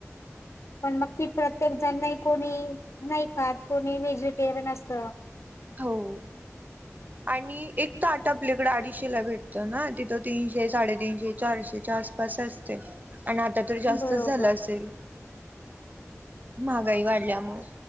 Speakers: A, on the left; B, on the right.
A: पण मग ती प्रत्येक जण नाही कोणी नाही खात कोणी व्हेजिटेरियन असत
B: हो आणि एक तर ताट आपल्याकडे अडीचशे ला भेटत ना तिथं तीनशे, साडेतीनशे, चारशेच्या आसपास असते. आणि आता तर जास्तच
A: बरोबर
B: झाल असेल. महागाई वाढल्यामुळे